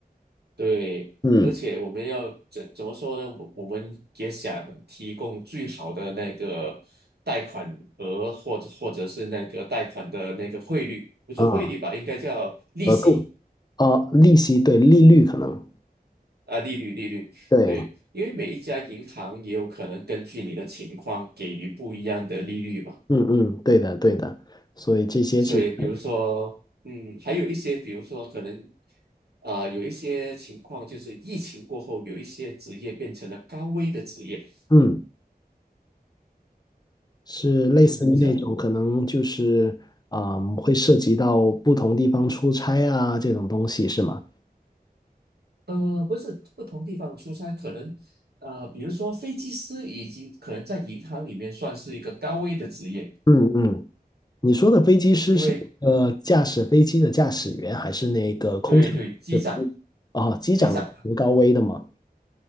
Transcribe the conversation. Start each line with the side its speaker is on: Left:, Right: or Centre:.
Right: 对，
Left: 嗯，
Right: 而且我们要怎怎么说呢？我我们也想提供最好的那个贷款额，或者或者是那个贷款的那个汇率，不是汇率吧，
Left: 啊，
Right: 应该叫利息
Left: 额度，啊，利息，对，利率可能，
Right: 啊，利率利率。
Left: 对，
Right: 对，因为每一家银行也有可能根据你的情况给予不一样的利率嘛。
Left: 嗯嗯，对的对的，所以这些其实，
Right: 所以，比如说，嗯，还有一些，比如说可能，呃，有一些情况就是疫情过后，有一些职业变成了高危的职业。
Left: 嗯，是类似于那种可能就是，
Right: 嗯，这
Left: 嗯，会涉及到不同地方出差啊这种东西，是吗？
Right: 呃，不是不同地方的出差，可能呃，比如说飞机师已经可能在银行里面算是一个高危的职业，
Left: 嗯嗯。你说的飞机师是呃驾驶飞机的驾驶员，
Right: 因为
Left: 还是那个空乘？
Right: 对对，机长
Left: 是服务哦，机长有很高危的吗？
Right: 机长